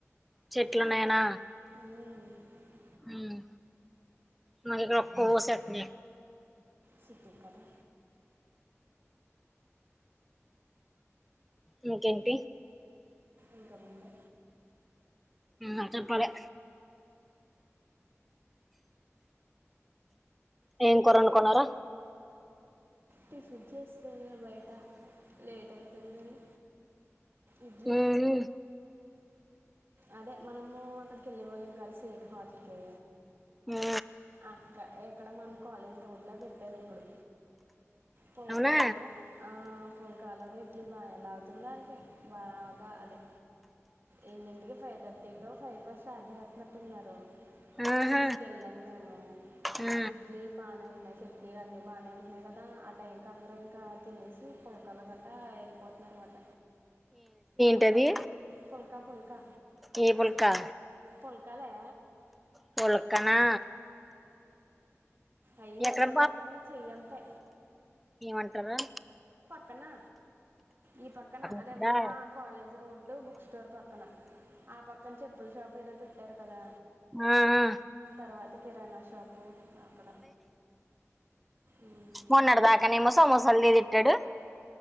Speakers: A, in the centre; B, on the right.
A: చెట్ల నైనా
B: హ్మ
A: హ్మ్ మాదెగ్గర ఒక్కోకసారి అట్నే
B: సిద్ధు కదా
A: ఇంకేంటి
B: ఇంకేముందే
A: ఆ చెప్పాలే ఏం కూర వండుకున్నారు.
B: టిఫిన్ చేస్తున్న బయట లేట్ అయిపోయిందని. ఇడ్లీ
A: ఊ హూ
B: అదే మనమూ అక్కడికి వెళ్ళే వాళ్ళం కలిసీ హోటల్కీ.
A: ఉ
B: అక్క ఎక్ ఇక్కడ మన కాలేజ్ రోడ్లో పెట్టారు ఇప్పుడు. పోయి
A: అవునా
B: కాలవనూ ఆ పొయికాలవని ఇడ్లీ బా ఎలా అవుతుంది వాళ్ళకి బాగా అదె ఎన్నింటికి. ఫై థర్టీకో ఫైకో స్టార్ట్ చేసేస్తున్నట్టు ఉన్నారు
A: ఆహా
B: సిక్స్ కి ఎళ్ళాం మేమూ,
A: ఆ
B: ఇడ్లీ బానే ఉన్నాయి. చట్నీ అన్నీ బాన్నే ఉంటున్నాయి కదా, ఆ టైం కి అందరూ ఇంకా. తినేసీ పులకాలు గట్టా ఎళ్ళిపోతున్నారుమాట.
A: ఎవీ
B: ఫుల్కా ఫుల్కా
A: ఏ పుల్కా
B: ఫుల్కాలే
A: పుల్కనా
B: అయ్యీ
A: ఎక్కడ
B: ఎంతో కాదు మళ్ళీ చెయ్యింతే
A: ఏమంటరూ
B: క్కనా ఈ పక్కన అదే
A: ఉందా
B: మనా కాలేజ్ రోడ్డు బు బుక్ స్టోర్ పక్కన ఆ పక్కన్ చెప్పుల్ షాప్ ఏదో పెట్ ట్టారు కదా
A: ఆ ఆ
B: తర్వాత కిరాణా షాప్ పూ అక్కడ ఉమ్.
A: మొన్నడు దాకానేమో సోమోసాలన్ని తిట్టాడు